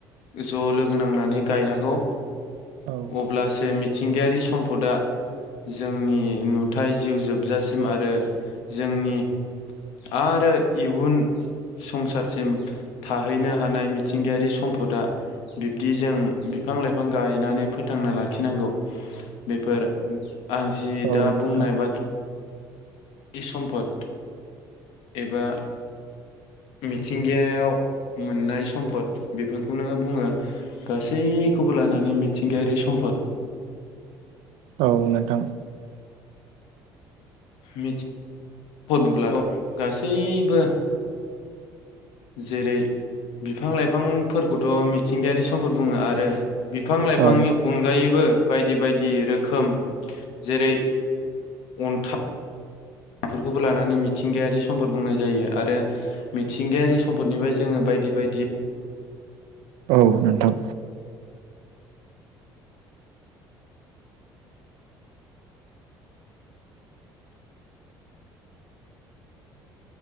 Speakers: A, on the left (about 80°); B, on the right (about 85°).
A: ज' लोगो नांनानै गायनांगौ
B: औ
A: अब्लासो मि मिथिंगायारि सम्पदा जोंनि नुथाय जिउ जोबजासिम आरो जोंनि आरो इयुन संसारसिम थाहैनो हानाय मिथिंगायारि सम्फदा बिब्दि जों बिफां लाइफां गायनानै फोथांना लाखिनांगौ बेफोर आं जि
B: औ
A: दा
B: नोंथां
A: बुंनाय बा इ सम्पद एबा मिथिंगायाव मोननाय सम्पद बेफोरखौ नोंङो बुंङो गासैखौबो लानानै मिथिंगायारि सम्पद
B: औ नोंथां
A: मेथि हरनोब्ला' गासैबो आरो जेरै बिफां लाइफांफोरखौथ मिथिंगायारि सम्पद बुंङो आरो बिफां लाइफांनि
B: औ
A: अनगायैबो बायदि बायदि रोखोम जेरै अन्था बेफोरखौबो लानानै मिथिंगायारि सम्पद बुंनाय जायो आरो मिथिंगायारि सम्पदनिफ्राय जोंङो बायदि बायदि
B: औ नोंथां